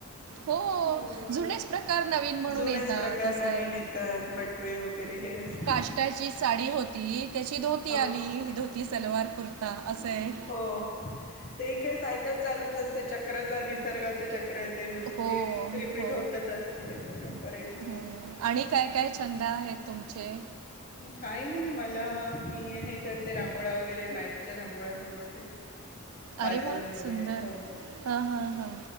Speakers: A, on the right; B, on the left.
A: हो.
B: मग-
A: <unintelligible> नवीन- म्हणून
B: जुनेच
A: येतात
B: प्रकार
A: असं
B: नवीन
A: आहे.
B: येतात, बटवे वगैरे हे असलं.
A: काष्टाचीच- साडी होती- त्याची धोती
B: हा
A: आली, धोती, सलवार, कुर्ता असाय.
B: हो ते काय सायकल चालूच असते, चक्रच निसर्गाचं चक- करा ते
A: हो,
B: जे रिपीट
A: हो.
B: होतच असतं, ते परंपरेनुसार.
A: हं. आणि काय, काय छंद आहेत तुमचे?
B: काही नाही, मला मी हे करते रांगोळ्या वगैरे मॅटच्या रांगोळ्या बनवते. वाचन
A: अरे वा,
B: वगैरे
A: सुंदर
B: हो
A: हा, हा, हा.